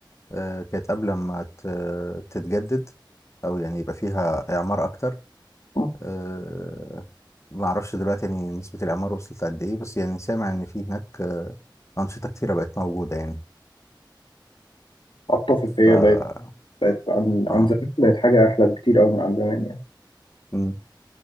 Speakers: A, on the left; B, on the left.
A: آه كانت قبل ما ت- تتجدد أو يعني يبقى فيها إعمار أكتر
B: آه،
A: آه ما أعرفش دلوقتي يعني نسبة الإعمار وصلت لقد إيه بس يعني سامع إن في هناك آه، أنشطة كتيرة بقت موجودة يعني
B: اتفق هي
A: ف
B: بقت بقت عن عن
A: اه
B: زمان بقت حاجه احلى بكتير قوي من عن زمان يعني
A: مم.